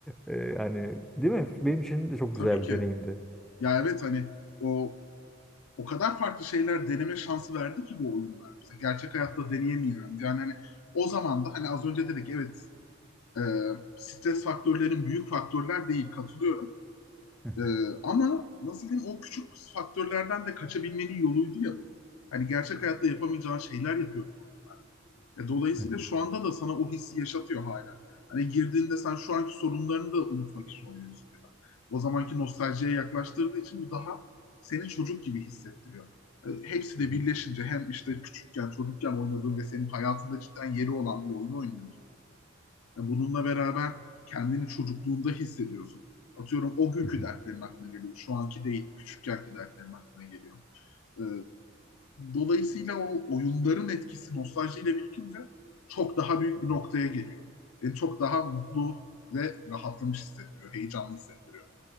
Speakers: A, in the centre; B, on the left (about 85°).
A: Ee, yani değil mi? Benim için de çok
B: tabii
A: güzel
B: ki.
A: bir deneyimdi.
B: Ya evet hani o o kadar farklı şeyler deneme şansı verdi ki bu oyunlar bize. Gerçek hayatta deneyemeyeceğimiz. Yani hani o zaman da hani az önce dedik evet e, stres faktörlerin büyük faktörler değil katılıyorum.
A: Hı
B: E, ama nasıl diyeyim o küçük faktörlerden de kaçabilmenin yoluydu ya bu. Hani gerçek hayatta yapamayacağın şeyler yapıyordum e, dolayısıyla
A: hı,
B: şu anda da sana o hissi yaşatıyor hala. Hani girdiğinde sen şu anki sorunlarını da unutmak için oynuyorsun biraz. O zamanki nostaljiye yaklaştırdığı için bu daha seni çocuk gibi hissettiriyor. E, hepsi
A: hı
B: de
A: hı,
B: birleşince hem işte küçükken, çocukken oynadığın ve senin hayatında cidden yeri olan bir oyunu oynuyorsun. E, bununla beraber kendini çocukluğunda hissediyorsun. Atıyorum o günkü
A: hı hı, hı
B: dertlerin aklına geliyor. Şu anki değil, küçükkenki dertlerin aklına geliyor. Ee, dolayısıyla o oyunların etkisi nostaljiyle birikince çok daha büyük
A: hı.
B: bir noktaya geliyor. Beni çok daha mutlu ve rahatlamış hissettiriyor, heyecanlı hissettiriyor.